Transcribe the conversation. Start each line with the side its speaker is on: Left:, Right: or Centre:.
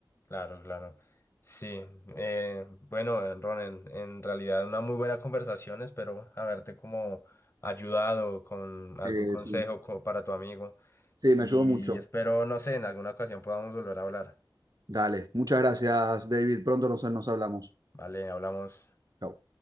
Left: claro, claro. Sí, eh, bueno, eh, Ron, en, en realidad una muy buena conversación. Espero haberte como ayudado con algún
Right: Eh,
Left: consejo
Right: sí,
Left: co- para tu amigo.
Right: sí, me
Left: Y
Right: ayudó mucho.
Left: espero, no sé, en alguna ocasión podamos volver a hablar.
Right: Dale, muchas gracias David, pronto nos, nos hablamos.
Left: Vale, hablamos.
Right: Chao.